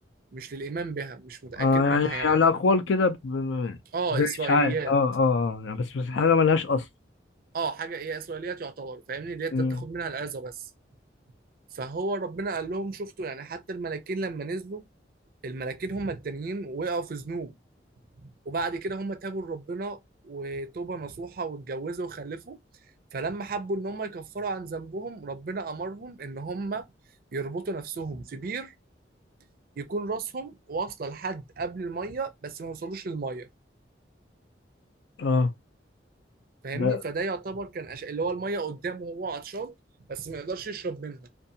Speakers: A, on the right; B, on the left.
A: مش للايمان بها مش متاكد
B: آه، يعني
A: منها يعني
B: يعني اقوال كده ب- ب-
A: اه
B: زي
A: اسرائيليات
B: اشاعات اه اه اه يعني بس بس حاجة ملهاش اصل
A: اه حاجه ايه اسرائيليات يعتبر فاهمني اللي هي تاخد
B: مم.
A: منها العظه بس فهو ربنا قال لهم شفتوا يعني حتى الملاكين لما نزلوا الملاكين هم التانيين وقعوا في ذنوب وبعد كده هم تابوا لربنا وتوبة نصوحة واتجوزوا وخلفوا فلما حبوا ان هم يكفروا عن ذنبهم ربنا امرهم ان هم يربطوا نفسهم في بير يكون راسهم واصله لحد قبل الميه بس ما يوصلوش للميه
B: اه
A: فاهمني
B: ده
A: فده يعتبر كان أش... اللي هو الميه قدامه وهو عطشان بس ما يقدرش يشرب منها